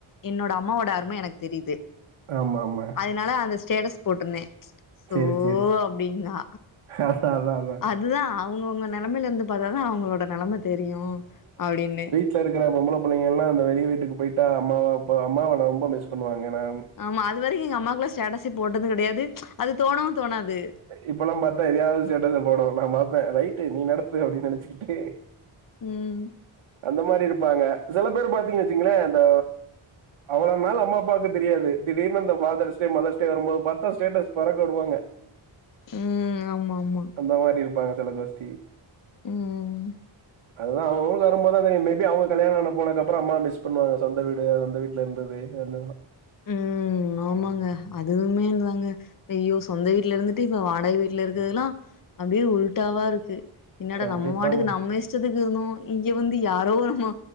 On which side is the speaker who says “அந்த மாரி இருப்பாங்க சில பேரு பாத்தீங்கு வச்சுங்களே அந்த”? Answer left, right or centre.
Right